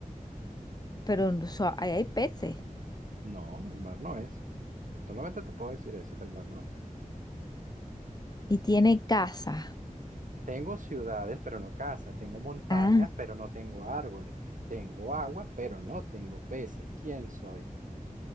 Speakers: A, on the left; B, on the right.
A: pero
B: N-
A: o sea, ahí hay peces.
B: No, el mar no es. Solamente te puedo decir eso, que el mar no es.
A: Y tiene casas.
B: Tengo ciudades, pero no casas. Tengo montañas,
A: Ah,
B: pero no tengo árboles. Tengo agua, pero no tengo peces. ¿Quién soy?